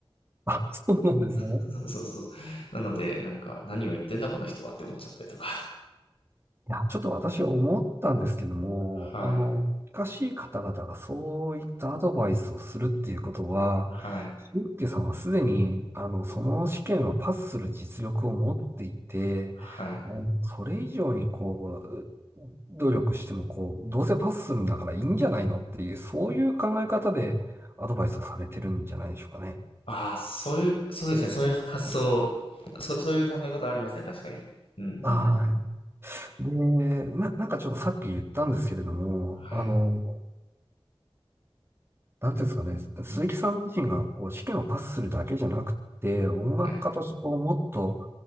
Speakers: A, on the right; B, on the left.
A: <laughs> あ、そうなんですね。
B: <laughs> そうそうそう。なので、なんか、何を言ってんだこの人はって思っちゃったりとか。
A: いや、ちょっと私思ったんですけども、
B: はい。
A: あの、近しい方々がそういったアドバイスをするっていうことは、
B: はい。
A: 俊介さんはすでに、あの、その試験はパスする実力を持っていて、
B: はい。
A: あのそれ以上にこう、努力してもこう、どうせパスするんだからいいんじゃないのっていう、そういう考え方でアドバイスをされてるんじゃないでしょうかね。
B: ああ、そういう、そうですね。そういう発想、そ、そういう考え方ありますね。確かに。うんうん。
A: はい。で、な、なんかちょっとさっき言ったんですけれども、
B: はい。
A: あの、なんていうんですかね、鈴木さん自身がこう指揮をパスするだけじゃなくて、
B: うん。
A: 音楽家としてこうもっと、
B: はい。